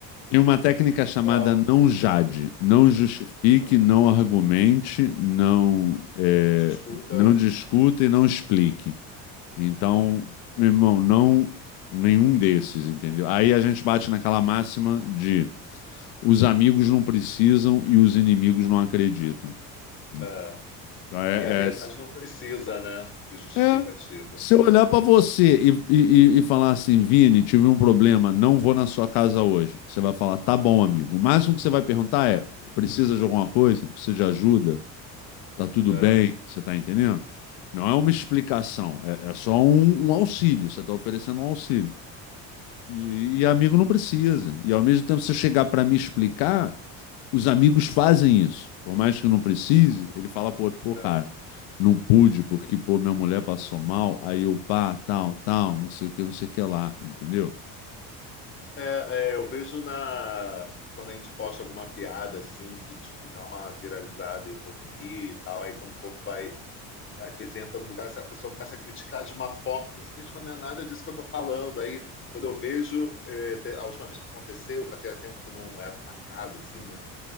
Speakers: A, on the left; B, on the left.
A: E uma técnica chamada
B: Não,
A: não jade, não justifique,
B: não
A: não argumente, não é,
B: discuta.
A: não discuta e não explique. Então,
B: ah,
A: meu irmão, não nenhum desses, entendeu? Aí a gente bate naquela máxima de os amigos não precisam e os inimigos não acreditam. Então,
B: é.
A: é-
B: E a verdade
A: é-
B: não precisa, né, de justificativa.
A: É. Se eu olhar pra você e, e, e e falar assim, Vini, tive um problema, não vou na sua casa hoje. Você vai falar, tá bom, amigo. O máximo que você vai perguntar é: precisa de alguma coisa? Precisa de ajuda? Tá tudo
B: É,
A: bem? Você tá entendendo? Não é uma explicação, é, é só um, um auxílio. Você tá oferecendo um auxílio. E, e amigo não precisa. E ao mesmo tempo, se eu chegar para me explicar, os amigos fazem isso. Por mais que não precise, ele fala pro outro, pô,
B: é.
A: cara, não pude porque, pô, minha mulher passou mal, aí eu pá, tal, tal, não sei o que, não sei o que lá, entendeu?
B: É, é, eu vejo na quando a gente posta alguma piada assim que tipo dá uma viralizada e o povo ri e tal, aí quando o povo vai às vezes entra no lugar e a pessoa começa a criticar de uma forma que você diz, mas não é nada disso que eu estou falando. Aí, quando eu vejo, eh, te- a última vez que aconteceu, fazia tempo que não era atacado, assim, né?